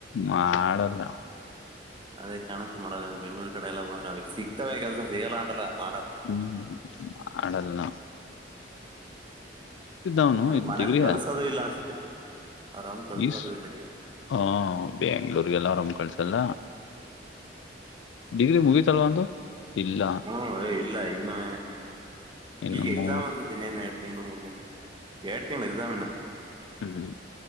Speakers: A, on the left; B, on the right.
A: ಮಾಡಲ್ಲ
B: ಅದೇ ಕಣಕು ಮಾಡಲ್ಲ ಬೆಂಗಗಳೂರ್ ಕಡೆ ಎಲ್ಲ ಬಂದ್ರ ಸಿಗ್ತವೆ ಕೆಲಸ ಸಿಗಲ್ಲ ಅಂತಲ್ಲ ಮಾಡಲ್ಲ
A: ಹ್ಮ ಆಡಲ್ಲಲ್ಲಾ ಅವನು
B: ಅವ್ರ
A: ಇ
B: ಮನೇಲಿ
A: ಡಿಗ್ರಿಯ
B: ಕಳ್ಸೋದು ಇಲ್ಲ ಅನ್ಸುತ್ತೆ ಆರಾಮ್ ಕಳ್ಸೋದೂ
A: ಈಸ್
B: ಇಲ್ಲ
A: ಹ ಬೆ್ಯಾಂಗ್ಳೂರ್ಗೆಲ್ಲ ಆರಾಮ್ ಕಳ್ಸಲ್ಲ ಡಿಗ್ರಿ ಮುಗಿತಲ್ವ ಅವ್ನು ಇಲ್ಲ
B: ಹ್ಮ್ ಇಲ್ಲ ಇನ್ನು
A: ಇನ್ನು
B: ಈಗ ಎಕ್ಸಾಮ್
A: ಮೂವತ್
B: ಆ ದನ್ನೇನ ಎರಡು ತಿಂಗಳು ಮೂರು ತಿಂಗಳು ಎರಡು ತಿಂಗಳು ಎಕ್ಸಾಮಿನ
A: ಹ್ಮ್